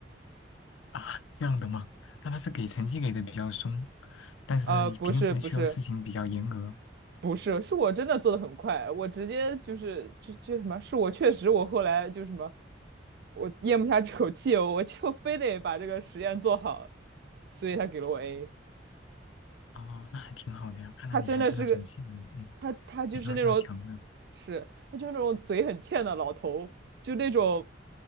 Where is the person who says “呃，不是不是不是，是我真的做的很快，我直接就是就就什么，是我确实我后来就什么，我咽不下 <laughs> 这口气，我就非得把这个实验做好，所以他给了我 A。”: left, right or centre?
Right